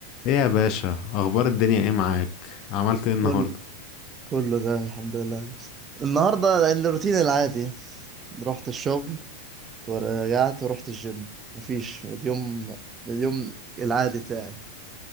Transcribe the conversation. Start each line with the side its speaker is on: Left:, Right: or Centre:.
Left: ايه يا باشا اخبار الدنيا ايه معاك عملت ايه النهارده
Right: كل كله تمام الحمد لله النهارده الروتين العادي رحت الشغل ورجعت ورحت الجيم مفيش اليوم اليوم العادي بتاعي